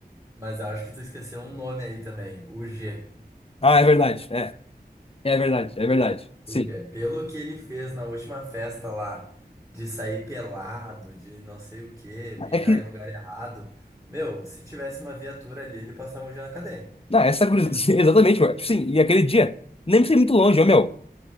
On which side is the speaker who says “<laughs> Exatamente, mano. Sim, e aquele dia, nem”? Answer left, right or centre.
Left